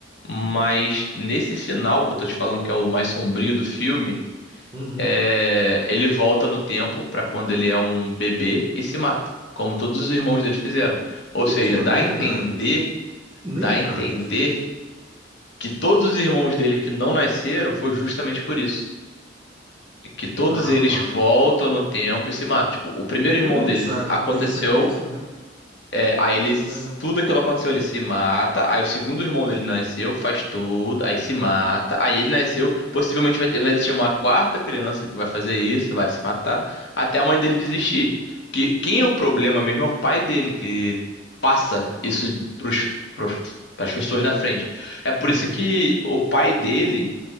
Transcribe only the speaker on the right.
Uhum.
Putz,
mano,
nem
lembrar disso. Nem
lembrar
disso.
Ah,
tá.
Putz,
a a
coisa em sequência, né?
É.
Uhum.